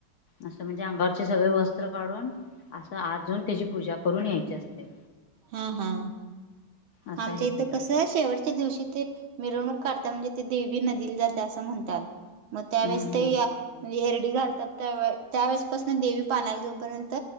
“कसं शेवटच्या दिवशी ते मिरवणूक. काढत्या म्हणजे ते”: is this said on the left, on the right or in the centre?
Right